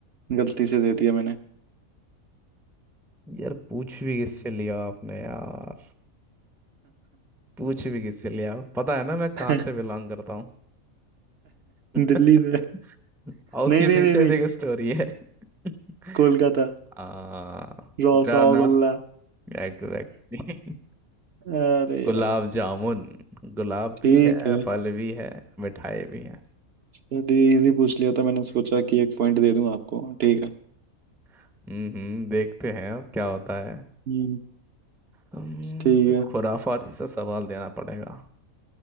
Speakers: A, on the right; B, in the centre.
A: गलती से दे दिया मैंने
B: यार पूछ भी किससे लिया आपने यार पूछ भी किससे लिया पता है ना मैं कहाँ
A: <laughs>
B: से बिलोंग करता हूँ <laughs>
A: दिल्ली से
B: और उसके
A: नहीं नहीं
B: पीछे
A: नहीं नहीं
B: भी एक स्टोरी है <laughs>
A: कोलकाता
B: आ,
A: रसगुल्ला
B: मेरा नाम एग्जैक्टली <laughs>
A: अरे
B: गुलाब
A: यार
B: जामुन गुलाब
A: ठीक
B: भी है
A: है
B: फल भी है मिठाई भी है
A: चलिए इजी पूछ लिया था मैंने सोचा कि एक पॉइंट दे दूं आपको ठीक है
B: हम्म हम्म, देखते हैं अब क्या होता है
A: हम्म
B: हम्म,
A: ठीक
B: कोई
A: है
B: खुराफाती सा सवाल देना पड़ेगा